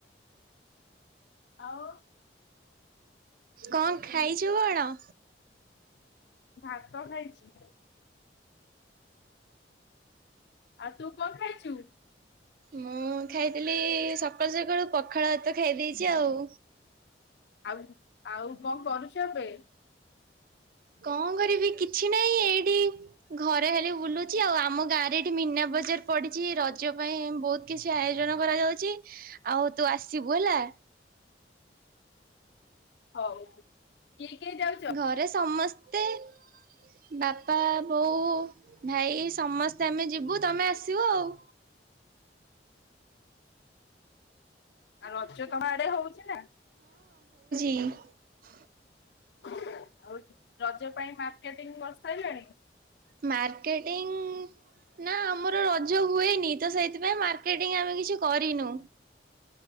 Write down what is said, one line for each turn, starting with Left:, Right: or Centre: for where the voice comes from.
Left: ଆଓ।
Right: କଁ ଖାଇଚୁ କଣ?
Left: ଭାତ ଖାାଇଚି। ଆଉ ତୁ କଣ ଖାଇଚୁ?
Right: ମୁଁ ଖାଇଥିଲି ସକାଳୁ ସକାଳୁ ପଖାଳ ହାତ ଖାଇ ଦେଇଚି ଆଉ।
Left: ଆଉ ଆଉ କଣ କରୁଚୁ ଏବେ?
Right: କଣ କରିବି କିଛି ନାହିଁ ଏଇଠି ଘରେ ହେଲି ବୁଲୁଚି। ଆଉ ଆମ ଗାଁ ରେ ଏଇଠି ମିନା ବଜାର ପଡିଛି ରଜ ପାଇଁ ବହୁତ କିଛି ଆୟୋଜନ କରାଯାଉଚି, ଆଉ ତୁ ଆସିବୁ ହେଲା।
Left: ହଉ କିଏ କିଏ ଯାଉଚ଼?
Right: ଘରେ ସମସ୍ତେ ବାପା, ବୋଉ, ଭାଇ ସମସ୍ତେ ଆମେ ଯିବୁ ତମେ ଆସିବ ଆଉ।
Left: ଆଉ ରଜ ତମ ଆଡେ ହଉଚି ନା?
Right: ହ।
Left: ହଉ। ରଜ ପାଇଁ ମାର୍କେଟିଂ ବସ ସାରିଲଣି?
Right: ମାର୍କେଟିଂ ନା ଆମର ରଜ ହୁଏନି ତ ସେଥିପାଇଁ ମାର୍କେଟିଂ ଆମେ କିଛି କରିନୁ।